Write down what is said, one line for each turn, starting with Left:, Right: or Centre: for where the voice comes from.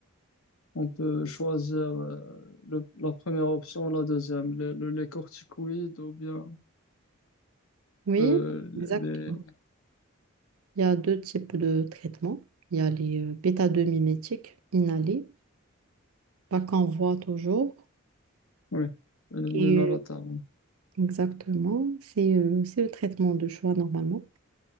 Left: On peut choisir euh, le- la première option, la deuxième, le- le- les, corticoïdes ou bien
Right: Oui,
Left: euh,
Right: exact.
Left: les,
Right: Il y a deux types de traitements. Il y a les euh, bêta-2-mimétiques inhalés, pas qu'on voit toujours.
Left: oui, les
Right: Et
Left: Narataron.
Right: euh, exactement, c'est euh, c'est le traitement de choix normalement.